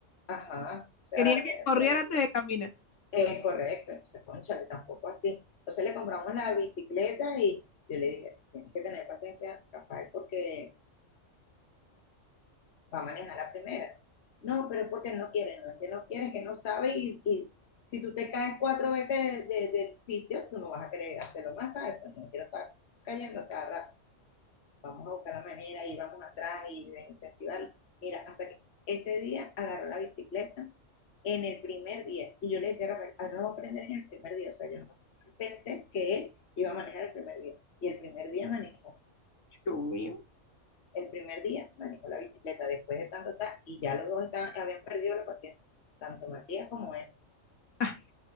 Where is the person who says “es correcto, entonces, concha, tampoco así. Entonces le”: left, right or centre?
Left